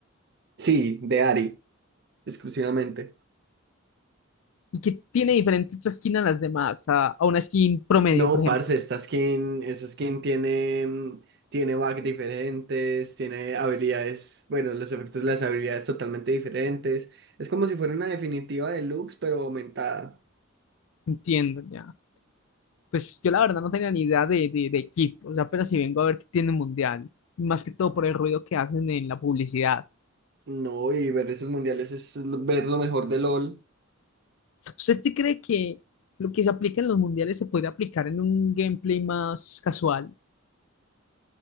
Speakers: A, on the right; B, on the left.
A: Sí, de Ari, exclusivamente.
B: Y que tiene diferente esta skin a las demás, a, a una skin promedio,
A: No,
B: por ejemplo.
A: parce, esta skin, esa skin tiene, mm, tiene bugs diferentes, tiene habilidades, bueno, los efectos de las habilidades totalmente diferentes. Es como si fuera una definitiva de Lux, pero aumentada.
B: Entiendo, ya. Pues yo la verdad no tenía ni idea de, de, de equipo, o sea, apenas si vengo a ver que tiene el mundial, más que todo por el ruido que hacen en la publicidad.
A: No, y ver esos mundiales es l- ver lo mejor de LOL.
B: ¿Usted sí cree que lo que se aplica en los mundiales se podría aplicar en un gameplay más casual?